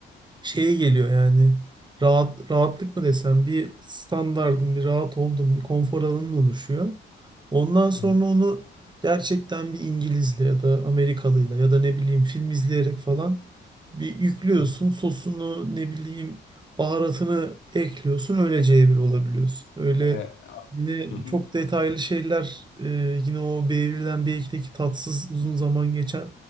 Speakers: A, on the right (about 20°); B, on the left (about 70°).
A: şeye geliyor yani rahat rahatlık mı desem bir standardın bir rahat olduğun bir konfor alanın oluşuyor. Ondan sonra
B: Ee,
A: onu gerçekten bir İngilizle ya da Amerikalıyla ya da ne bileyim film izleyerek falan bir yüklüyorsun
B: hı hı.
A: sosunu ne bileyim baharatını ekliyorsun öylece bir olabiliyorsun. Öyle
B: Ee,
A: yine
B: hı hı.
A: çok detaylı şeyler e, yine o B1'den B2'deki tatsız uzun zaman geçen